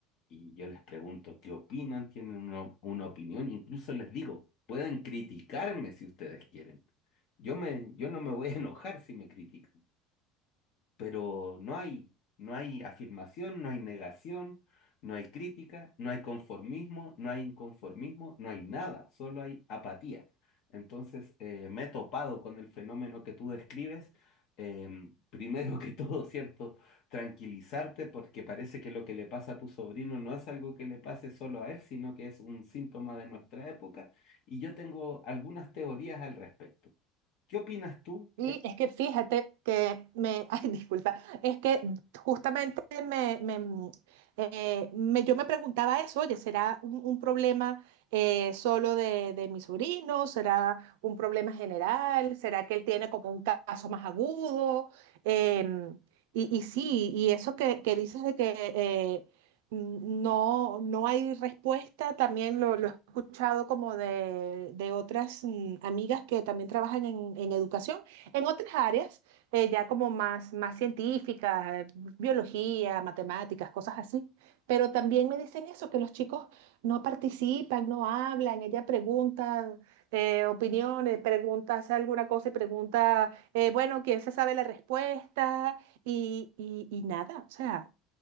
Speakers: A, on the left; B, on the right.
A: y yo les pregunto qué opinan, tienen una, una opinión, incluso les digo, pueden criticarme si ustedes quieren. Yo me, yo no me voy a enojar si me critican pero no hay, no hay afirmación, no hay negación, no hay crítica, no hay conformismo, no hay inconformismo, no hay nada, solo hay apatía. Entonces, eh, me he topado con el fenómeno que tú describes. em, <laughs> primero que todo, ¿cierto? Tranquilizarte porque parece que lo que le pasa a tu sobrino no es algo que le pase solo a él, sino que es un síntoma de nuestra época. Y yo tengo algunas teorías al respecto. ¿Qué opinas tú?
B: Y es que fíjate que me, <laughs> ay, disculpa, es que justamente me, me, mm, eh, me- yo me preguntaba eso, oye, ¿será un, un problema eh, solo de, de mi sobrino? ¿Será un problema general? ¿Será que él tiene como un caso más agudo? Em, y, y sí, y eso que, que dices de que eh, mm, no, no hay respuesta, también lo, lo he escuchado como de, de otras mm, amigas que también trabajan en en educación en otras áreas, eh, ya como más, más científicas, eh, biología, matemáticas, cosas así. Pero también me dicen eso, que los chicos no participan, no hablan, ella pregunta eh, opiniones, pregunta, hace alguna cosa y pregunta, eh, bueno, ¿quién se sabe la respuesta? Y, y, y nada, o sea,